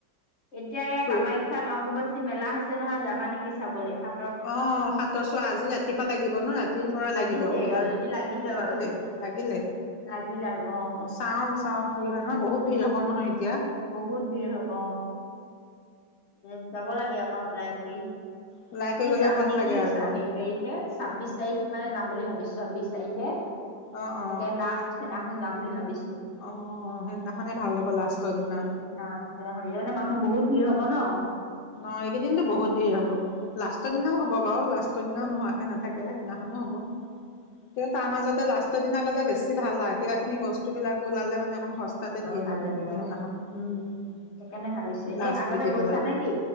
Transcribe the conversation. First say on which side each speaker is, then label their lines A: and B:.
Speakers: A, on the left; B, on the left.
A: এতিয়া এইয়া
B: ফুৰি
A: কামাখ্যাত অম্বুবাচী মেলা হৈছে নহয় যাবা নেকি চাবলে হা
B: অ, সাতৰ চোৱা আজি ৰাতিপুৱা লাগিব ন ৰাতিৰ পৰা
A: লাগিছে
B: লাগিব হবলা।
A: অলৰেডি
B: লাগিলে
A: বাৰু
B: লাগিলে।
A: লাগিল আৰু অ।
B: চাওঁ চাওঁ কি হয় ন? বহুত ভিৰ হ'ব নহয় এতিয়া।
A: বহুত ভিৰ হব। উম, যাব লাগে অকন ওলাই কৰি,
B: ওলাই কৰি
A: আমি
B: গলে
A: যাম
B: ভাল
A: নেকি
B: লাগে আকৌ
A: চা হেৰি তাৰিখ? কে ছাব্বিশ তাৰিখ মানে যাম বুলি ভাবিছো ছাব্বিশ তাৰিখে,
B: অ অ
A: একে লাষ্ট <unintelligible> দিনাখন যাম বুলি ভাবিছো।
B: অ সেইদিনাখনে ভাল হব লাষ্টৰ দিনা।
A: <unintelligible> মানে মানুহ বহুত ভিৰ হব ন?
B: অ এইকেইদিনতো বহুত ভিৰ হব, লাষ্টৰ দিনাও হব বাৰু লাষ টৰ দিনাও নোহোৱাকে নাথাকে সেইদিনাখনো হ'ব। তেও তাৰ মাজতে লাষ্টৰ দিনা গ'লে বেছি ভাল আ কিবাকিনি বস্তুবিলাকো ওলালে মানে অকণ সস তাকে
A: বৰ
B: দিয়ে
A: ভাল
B: মানে
A: লাগে
B: তেতিয়া
A: অ
B: সেইদিনাখন উম
A: সেইকাৰণে ভাবিছো এনেই
B: লাষ্ট
A: আগতে
B: বুলি
A: গৈছা
B: পেলাই।
A: নে কি